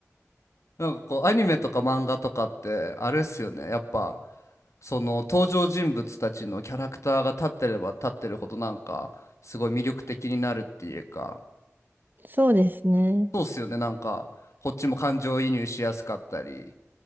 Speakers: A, on the left; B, on the right.
A: なんかこう、アニメとか漫画とかって、あれっすよね。やっぱ、その登場人物たちのキャラクターが立ってれば立ってるほど、なんか、すごい魅力的になるっていうか、
B: そうですね。
A: そうっすよね。なんか、こっちも感情移入しやすかったり、